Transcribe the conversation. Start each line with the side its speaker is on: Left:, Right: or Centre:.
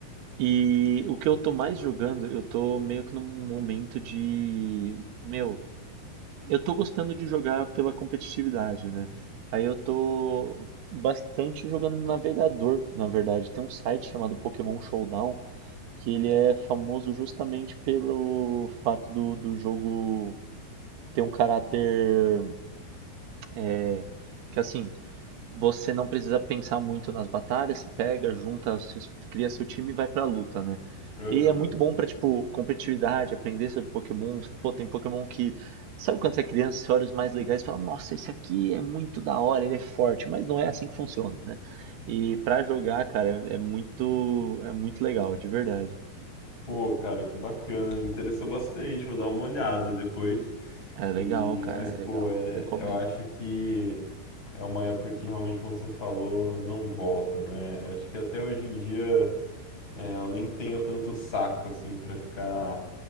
Right: E o que eu tô mais jogando, eu tô meio que num momento de. Meu, eu tô gostando de jogar pela competitividade, né? Aí eu tô bastante jogando no navegador, na verdade. Tem um site chamado Pokémon Showdown que ele é famoso justamente pelo fato do, do jogo ter um caráter é, que assim você não precisa pensar muito nas batalhas, você pega, junta, se- cria seu time e vai pra luta, né?
Left: Aham.
Right: E é muito bom pra, tipo, competitividade, aprender sobre Pokémon. Pô, tem Pokémon que. Sabe quando você é criança, você olha os mais legais e fala, nossa, esse aqui é muito da hora, ele é forte, mas não é assim que funciona, né? E pra jogar, cara, é é muito, é muito legal, de verdade.
Left: Pô, cara, que bacana. interessou bastante. Vou dar uma olhada depois.
Right: É legal,
Left: E,
Right: cara,
Left: mas, pô,
Right: é legal.
Left: é-
Right: Recomendo.
Left: eu acho que é uma época que realmente, como você falou, não volta, né? Acho que até hoje em dia. É, eu nem tenho tanto saco assim pra ficar